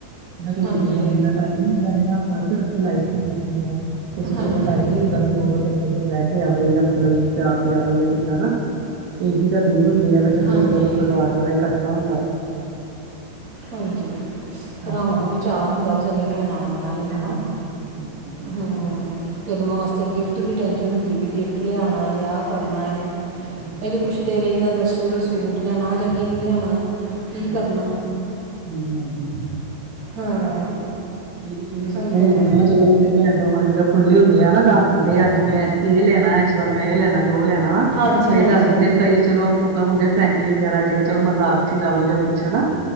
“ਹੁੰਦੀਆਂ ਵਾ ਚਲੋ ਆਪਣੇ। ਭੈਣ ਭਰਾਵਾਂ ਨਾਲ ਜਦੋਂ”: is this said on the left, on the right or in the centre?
Right